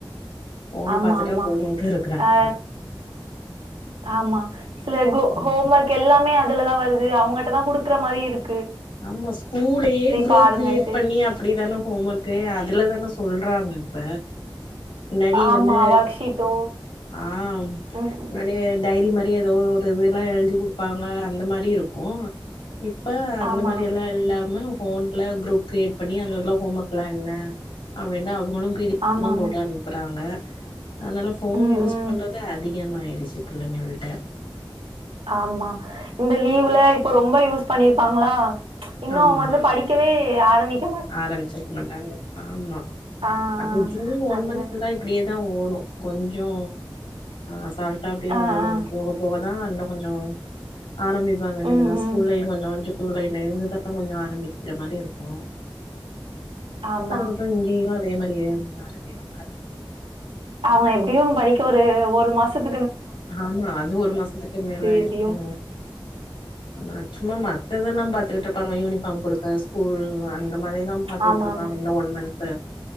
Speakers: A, on the left; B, on the right.
A: ஃபோன
B: ஆமா
A: பாத்துட்டா
B: ஆமா
A: போதும்ன்ட்டு இருக்கறாங்க
B: அ ஆமா சில கோ
A: ம்
B: ஹோம் ஒர்க் எல்லாமே துலதா வருது அவங்ட்டதா குடுக்குற மாரி இருக்
A: ஆமா ஸ்கூலயே குரூப்
B: பாருங்கன்ட்டு
A: கிரியேட் பண்ணி அப்படித்தான ஹோம் ஒர்க்க அதுலதானே சொல்றாங்கப்ப முன்னாடி
B: ஆமா
A: வந்து
B: ஒர்க் ஷீட்டோ
A: ஆ
B: ம் ம்
A: முன்னாடிய டைரி மாரி ஏதோ ஒரு இதல்லா எழுதி கொடுப்பாங்க அந்த மாரி இருக்கு இப்ப அந்த
B: ஆமா
A: மாரி எல்லா இல்லாம ஃபோன்ல குரூப் கிரியேட் பண்ணி அங்க உள்ள ஹோம் ஒர்க்லா என்ன அப்படின்னுட்டு அவ மளு பீடி <inaudible>
B: ஆமா
A: தா
B: ஆமா
A: போட்டு அனுப்புறாங்க அதனால ஃபோன்
B: ம்
A: யூஸ்
B: ம்
A: பண்றது அதிகமாயிடுச்சு பிள்ளைங்களுட்ட
B: ஆமா இந்த லீவுல இப்ப ரொம்ப யூஸ் பண்ணிருப்பாங்களா இன்னு
A: ஆமா
B: அவங்க வந்து படிக்கவே ஆரமிக்க
A: ஆரம்பிச்சிருக்க மாட்டாங்க ஆமா
B: ஆ
A: அது
B: ஆ
A: ஜூன் ஒன்
B: அதுதா
A: மந்த் <unintelligible> இப்படியேதா தஓடு கொஞ்சோ அசால்ட் ட்டா அப்டியே
B: ஆ
A: ஓடு
B: ஆ
A: போக போகதா இன்னு கொஞ்சோ ஆரம்பிப்பாங்க இனிமேதா
B: ம் ம்
A: ஸ்கூல்லயு கொஞ்சோ கொஞ்சோ ஜூலையில இருந்து தா கொஞ்சோ ஆரம்பிக்கிற மாரி இருக்கு
B: ஆமா
A: அதுக்கப்புறோ இங்கயலா அதே மாரியே கொஞ்ச ஆரம்பிப்பாங்க
B: அவங்க எப்டியு படிக்க ஒரு மாசத்து
A: ஆமா அது ஒரு மாசத்துக்கு மேல ஆயிரு
B: எப்படியும்.
A: உ ஆ சும்மா மத்ததெல்லா த்துட்டு இருப்பாங்க யூனிஃபார்ம் குடுக்க ஸ்கூல் வந் இந்த மாரி தா பாத்துடு
B: ஆமாமா.
A: இருபாங்க இந்த ஒன் மந்த்